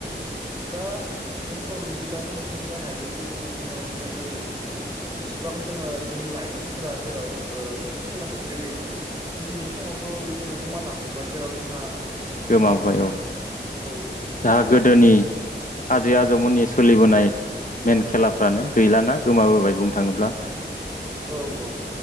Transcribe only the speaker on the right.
दा जोंथ' बिदिब्ला जों बुंनो हायो जे खौ जोङो गोदो इसिबां जोङो जोंनि लाइमोनफोरा जेराव ओ बेफोर खेलाखौ गेलेयोमोन दिनै समाव थ' बेफोर गोमालांजोबबाय जेराव जोंहा
औ
जों
जुदि
औ औ।